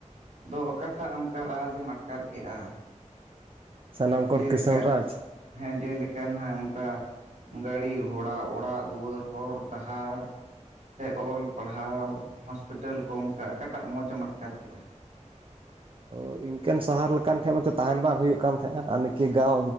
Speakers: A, on the right (about 80°); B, on the right (about 45°).
A: ᱫᱚ ᱚᱠᱟᱴᱟᱜ ᱚᱱᱠᱟ ᱨᱟᱡᱽ ᱮᱢ ᱟᱴᱠᱟᱨ ᱠᱮᱜᱼᱟ?
B: ᱥᱟᱱᱟᱢ ᱠᱚᱲ
A: ᱡᱮ
B: ᱠᱤᱥᱟᱹᱱ
A: ᱞᱮᱠᱟ
B: ᱨᱟᱡᱽ
A: ᱦᱮᱸ ᱡᱮ ᱞᱮᱠᱟ ᱱᱟᱦᱜ ᱚᱱᱠᱟ ᱜᱟᱹᱲᱤ ᱜᱷᱚᱲᱟ ᱚᱲᱟᱜ ᱫᱩᱣᱟᱹᱨ ᱦᱚᱨ ᱰᱟᱦᱟᱨ ᱥᱮ ᱚᱞ ᱯᱟᱲᱦᱟᱣ ᱦᱥᱯᱤᱴᱟᱞ ᱠᱚ ᱚᱱᱠᱟ ᱚᱠᱟᱴᱟᱜ ᱢᱚᱡᱮ ᱮᱢ ᱟᱴᱠᱟᱨ ᱠᱮᱜᱼᱟ?
B: ᱚ ᱤᱱᱠᱟᱹᱱ ᱥᱟᱦᱟᱨ ᱞᱮᱠᱟᱱ ᱴᱷᱮᱱ ᱢᱟᱪᱷᱚ ᱛᱟᱦᱮᱱ ᱵᱟᱝ ᱦᱩᱭᱩᱜ ᱠᱟᱱ ᱛᱟᱦᱮᱸᱱᱟ ᱟᱨ ᱱᱤᱠᱟᱹ ᱜᱟᱶ